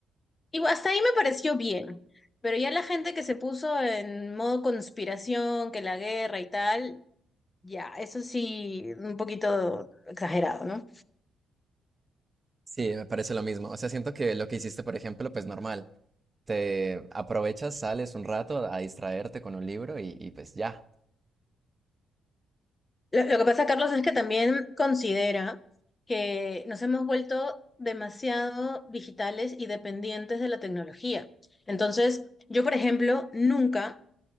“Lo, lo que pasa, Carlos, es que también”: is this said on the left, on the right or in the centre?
Left